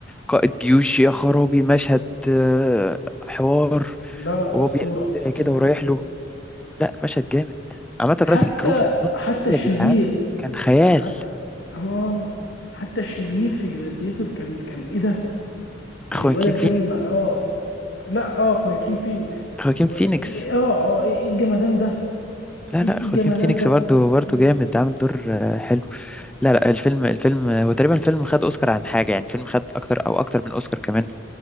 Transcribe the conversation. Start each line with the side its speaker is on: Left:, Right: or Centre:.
Centre: قائد جيوش يا خرابي المشهد آه حوار
Left: لا لا
Centre: وهو
Left: اسطوره
Centre: بيقلع
Left: اسطوره
Centre: الدرع كده ورايح له لأ المشهد جامد عامة
Left: حتى
Centre: راسل كرو في الفترة
Left: حتى
Centre: دي
Left: الشرير
Centre: يا جدعان كان خيال
Left: حتى اه حتى الشرير في جلاديتور كان كان ايه ده إيه
Centre: خواكين
Left: الواد اللي
Centre: فينيكس
Left: كان اه لا اه خواكين فينيكس
Centre: خواكين
Left: خو...
Centre: فينيكس
Left: إيه اه اه ايه إيه الجمدان ده
Centre: لا
Left: ايه
Centre: لا
Left: إيه
Centre: خواكين
Left: الجمدان
Centre: فينيكس
Left: ده
Centre: برضو برضو
Left: فاهمني
Centre: جامد عامل دور آه، حلو لا لا الفيلم الفيلم هو تقريبا الفيلم خد اوسكار عن حاجه يعني الفيلم خد اكتر او اكتر من اوسكار كمان